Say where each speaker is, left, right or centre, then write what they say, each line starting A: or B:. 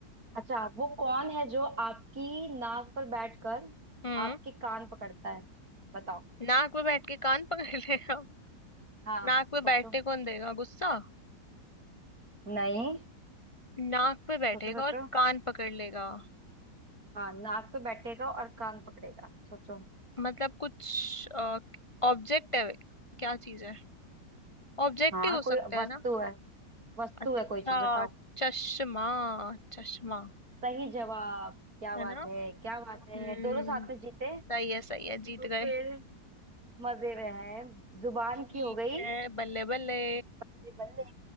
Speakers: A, on the right; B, on the left.
A: अच्छा वो कौन है जो आपकी नाक पर बैठकर
B: हम्म
A: आपके कान पकड़ता है बताओ
B: नाक पे बैठ के कान पकड़ लेगा
A: हाँ
B: नाक पे
A: सोचो
B: बैठने कौन देगा गुस्सा
A: नहीं
B: नाक पे बैठेगा
A: सोचो सोचो
B: और कान पकड़ लेगा
A: हाँ नाक पे बैठेगा और कान पकड़ेगा सोचो
B: मतलब कुछ ऑब्जेक्ट है क्या चीज है ऑब्जेक्ट
A: हाँ
B: ही हो
A: कोई
B: सकता
A: वस्तु
B: है ना
A: है वस्तु
B: अच्छा
A: है कोई चीज बताओ
B: चश्मा चश्मा
A: सही जवाब क्या
B: है
A: बात
B: ना
A: है क्या बात
B: हम्म
A: है दोनों साथ में जीते
B: सही है सही है
A: तो
B: जीत गए
A: फिर मजे में हैं जुबान
B: ठीक
A: की हो गई
B: है बल्ले बल्ले
A: बल्ले बल्ले